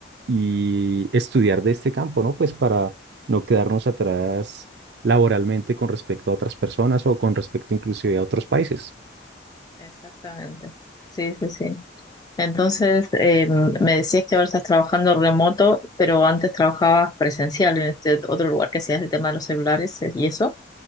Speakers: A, on the right; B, on the left.
A: y estudiar de este campo, ¿no? Pues para no quedarnos atrás laboralmente con respecto a otras personas o con respecto inclusive a otros países.
B: Exactamente. Sí, sí, sí. Entonces, eh, me decías que ahora estás trabajando remoto, pero antes trabajabas presencial en este otro lugar que hacías el tema de los celulares eh, y eso.